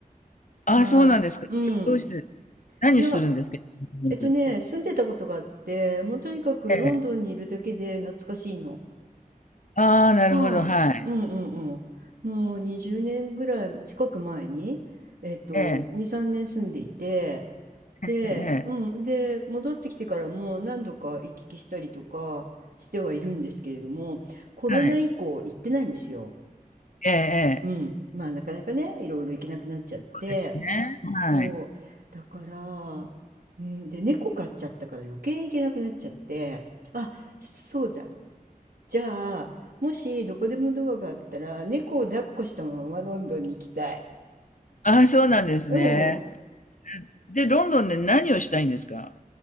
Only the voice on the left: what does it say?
あ、
そうなんですか。
どうしてです何をするんですか日本と言って。
ええ。ああ、なるほど、
はい。
ええ、
ええ、
え
えはい。ええ、ええ。
そうですね。はい。
ああ、そうなんですね。
で、ロンドンで何をしたいんですか